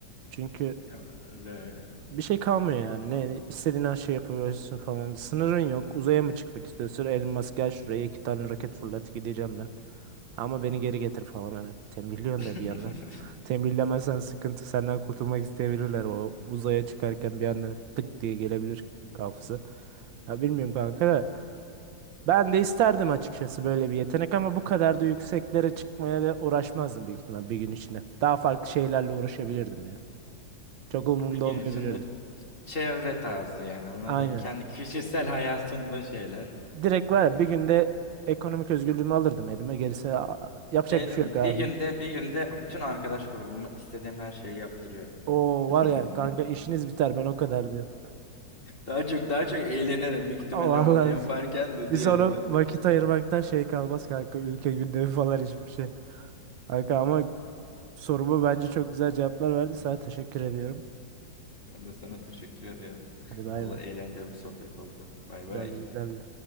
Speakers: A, on the right; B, on the left.
A: Çünkü
B: Ya öyle öyle.
A: Bir şey kalmıyor yani. Ne istediğin her şeyi yapabiliyorsun falan. Sınırın yok. Uzaya mı çıkmak istiyorsun? Elon Musk gel şuraya iki tane roket fırlat gideceğim ben. Ama beni geri getir falan hani. Tembihliyorsun
B: <laughs>
A: da bir yandan. Tembihlemezsen sıkıntı senden kurtulmak isteyebilirler. O uzaya çıkarken bir anda tık diye gelebilir kafası. Ya bilmiyorum kanka da. Ben de isterdim açıkçası böyle bir yetenek ama bu kadar da yükseklere çıkmaya da uğraşmazdım büyük ihtimal bir gün içinde. Daha farklı şeylerle uğraşabilirdim ya. Çok umurumda
B: Bir gün
A: olmayabilirdi.
B: içinde çevre tarzı yani anladın.
A: Aynen.
B: Kendi kişisel hayatında şeyler.
A: Direkt var ya bir günde ekonomik özgürlüğümü alırdım elime. Gerisi aa, yapacak
B: Şey
A: bir
B: değil
A: şey
B: mi?
A: yok abi.
B: Bir günde bir günde bütün arkadaş grubumu istediğim her şeyi yaptırıyorum.
A: O
B: <laughs>
A: var ya kanka işiniz biter ben o kadar diyorum.
B: Daha çok daha çok eğlenirim
A: <laughs>
B: büyük ihtimalle
A: Aa, Vallahi
B: onu yaparken de
A: biz
B: diğerinde.
A: ona vakit ayırmaktan şey kalmaz kanka ülke gündemi falan hiçbir şey. Kanka ama soruma bence çok güzel cevaplar verdi. Sana teşekkür ediyorum.
B: Ben de sana teşekkür ediyorum. <laughs>
A: Hadi bay
B: Vallahi
A: bay.
B: eğlenceli bir sohbet oldu. Bay
A: Güzeldi
B: bay.
A: güzeldi.